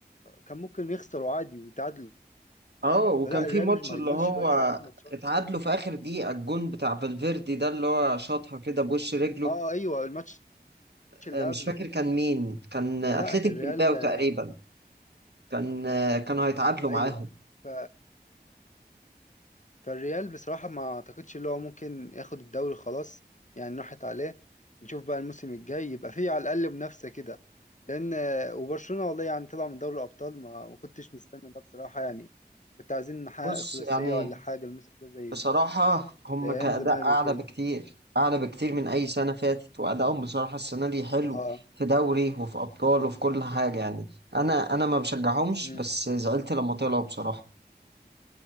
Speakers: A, on the left; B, on the right.
A: كان ممكن يخسروا عادي ويتعادلوا
B: اه وكان
A: فلا الريال
B: في ماتش
A: مش ما
B: اللي
A: يضمنش
B: هو
A: اللي هو يكسب بيت الماتشات
B: اتعادلوا في اخر دقيقة الجون بتاع فالفيردي ده اللي هو شاطها كده بوش رجله
A: اه ايوه الماتش اللي
B: آه، مش
A: قبله
B: فاكر كان مين كان اتلتيك
A: فلا الريال
B: بلباو تقريبا
A: آه،
B: كان آه، كانوا هيتعادلوا
A: ايوه
B: معاهم
A: ف فالريال بصراحة ما أعتقدش اللي هو ممكن ياخد الدوري خلاص يعني راحت عليه نشوف بقى الموسم الجاي يبقى فيه على الأقل منافسة كده لأن وبرشلونة والله يعني طلع من دوري الأبطال ما ما كنتش مستني ده بصراحة يعني كنت عايزين نحقق
B: بص
A: ثلاثية
B: يعني
A: ولا حاجة الموسم ده زي
B: بصراحة هم
A: زي
B: كأداء
A: أيام زمان
B: أعلى
A: وكده
B: بكتير أعلى بكتير من أي سنة فاتت وأدائهم بصراحة السنة دي حلو
A: اه
B: في دوري وفي أبطال وفي كل حاجة يعني أنا أنا ما بشجعهمش
A: امم
B: بس زعلت لما طلعوا بصراحة